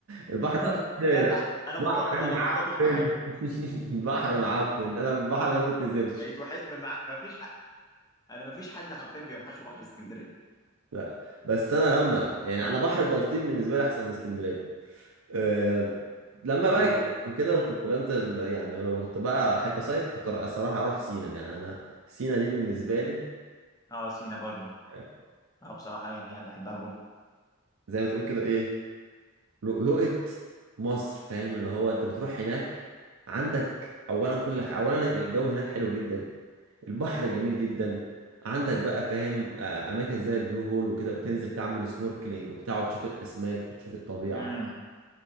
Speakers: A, on the right; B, on the left.
A: البحر
B: <laughs>
A: بتاع اسكندريه
B: لا
A: لا
B: بقى انا
A: بحر
B: متفق انا
A: معفن
B: متفق معاك
A: <laughs> بحر معفن انا البحر ما بيتنزلش
B: بقيت وحي... ما ما فيش حد انا ما فيش حد حرفيا بيوحشه بحر اسكندريه
A: لا بس انا لما يعني انا بحر البلطيم بالنسبه لي احسن من اسكندريه أه لما
B: امم
A: بقى كبرت وكده كنت بنزل يعني كنت بقى احب اصيف كنت الصراحه اروح سينا يعني انا سينا دي بالنسبه لي
B: اه سينا برضو
A: آه،
B: اه بصراحة يعني انا بحبها برضو
A: زي ما تقول كده ايه لؤلؤة مصر فاهم اللي هو انت بتروح هناك عندك اولا كل ح... اولا الجو هناك حلو جدا البحر جميل جدا عندك بقى فاهم آه، اماكن زي البلو هول وكده بتنزل تعمل سنوركلينج وبتاع وتشوف الاسماك وتشوف الطبيعه
B: امم